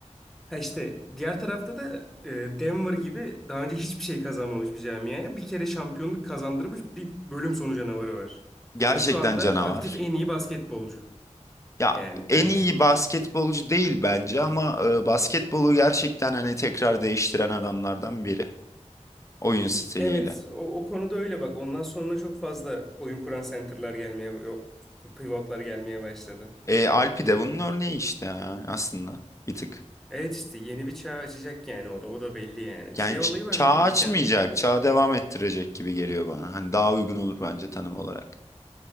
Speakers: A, in the centre; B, on the left.
A: Ha işte diğer tarafta da e, Denver gibi daha önce hiçbir şey kazanmamış bir camiaya bir kere şampiyonluk kazandırmış bir bölüm sonu canavarı var.
B: Gerçekten
A: Yani şu anda
B: canavar.
A: aktif en iyi basketbolcu
B: Ya
A: yani
B: en
A: bence.
B: iyi basketbolcu değil bence ama e, basketbolu gerçekten hani tekrar değiştiren adamlardan biri oyun stiliyle.
A: Evet o, o konuda öyle bak ondan sonra çok fazla oyun kuran center'lar gelmeye yok, pivotlar gelmeye başladı.
B: E, Alpi de bunun örneği işte ya, aslında bir tık.
A: Evet işte yeni bir çağ açacak yani o da o da belli yani.
B: Yani
A: Şey
B: ç-
A: olayı var
B: çağ
A: zaten
B: açmayacak,
A: geçen
B: çağı devam ettirecek gibi geliyor bana. Hani daha uygun olur bence tanım olarak.